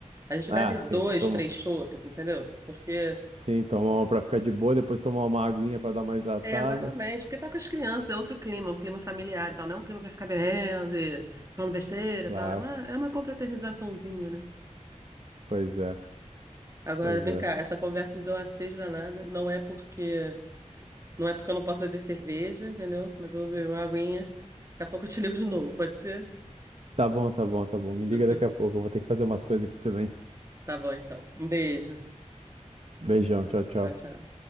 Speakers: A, on the right; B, on the right.
A: A gente
B: Ah,
A: bebe dois,
B: sim, toma.
A: três chopes, entendeu? Porque.
B: Sim, tomar uma pra ficar de boa, depois tomar uma aguinha pra dar uma hidratada.
A: É, Exatamente, porque tá com as crianças, é outro clima, um clima familiar e tal, não é um clima pra ficar bebendo e falando besteira
B: Claro,
A: e tal, é uma, é uma confraternizaçãozinha, né?
B: pois é,
A: Agora,
B: pois
A: vem
B: é.
A: cá, essa conversa me deu uma sede danada, não é porque, não é porque eu não posso beber cerveja, entendeu? Mas eu vou beber uma aguinha, daqui a pouco eu te ligo de novo, pode ser?
B: Tá bom, tá bom, tá bom. Me
A: <laughs>
B: liga daqui a pouco, eu vou ter que fazer umas coisas aqui também.
A: Tá bom, então. Um beijo.
B: Beijão, tchau, tchau.
A: Tchau, tchau.